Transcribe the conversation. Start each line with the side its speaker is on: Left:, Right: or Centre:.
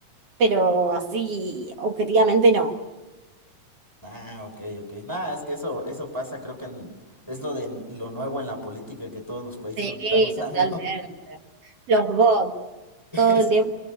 Right: pero así objetivamente no.
Centre: Ah, ok, ok. Nada, es que eso, eso pasa, creo que en- es lo de lo nuevo en la política que todos los países
Right: Sí,
Centre: lo están usando.
Right: totalmente. Los bots,
Centre: <laughs>
Right: todo el tiempo.